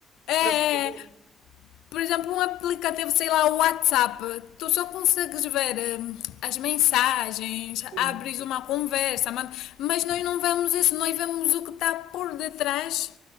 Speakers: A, on the left; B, on the right.
A: É, é,
B: Para se fazer.
A: é por exemplo, um aplicativo, sei lá, o WhatsApp, tu só consegues ver hum, as mensagens,
B: Sim,
A: abres uma conversa, mas nós não vemos isso, nós vemos o que está por detrás